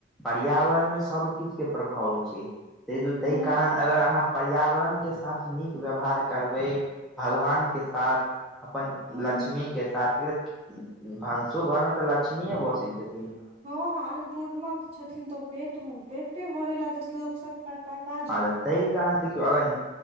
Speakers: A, in the centre; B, on the right.
A: पीयावरण में सब किछ के प्रभाव होइ छैय। तैय द्वारे ताहि
B: ह
A: कारण अगर अहाँ पर्यावरणके साथ नीक व्यवहार करबैय। भगवान के साथ अपन
B: ह ह
A: लक्ष्मी के साथ एक की भनसो घरमे तऽ लक्ष्मीयें बसैय छथि।
B: हां अन्नपूर्ना तऽ छथिन तऽ ओ पेट पेटे भरे लै तऽ लोक सबका टका।
A: हां तऽ तहि कारण देखियौ अगर